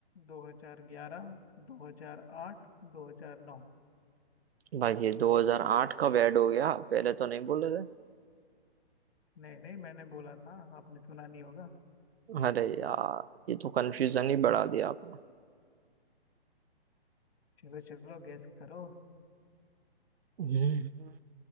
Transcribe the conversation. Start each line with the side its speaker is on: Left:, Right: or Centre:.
Left: 2011 2008 2009
Right: भाई ये 2008 कब ऐड हो गया पहले तो नहीं बोले थे
Left: नहीं नहीं मैंने बोला था आपने सुना नहीं होगा
Right: अरे यार ये तो कंफ्यूजन ही बढ़ा दिया आपने
Left: चलो चलो गैस करो
Right: हम्म।